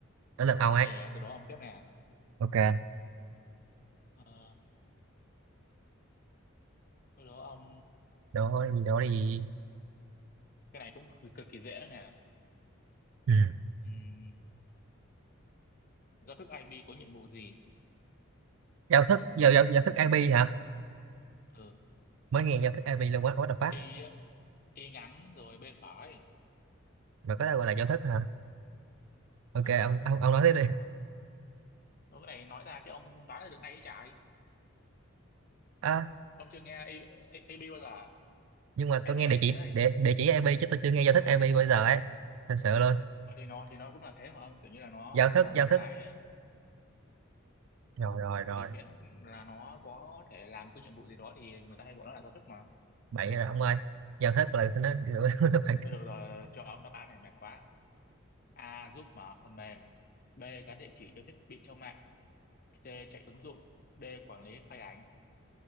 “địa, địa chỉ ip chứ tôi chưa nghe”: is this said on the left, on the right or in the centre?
Right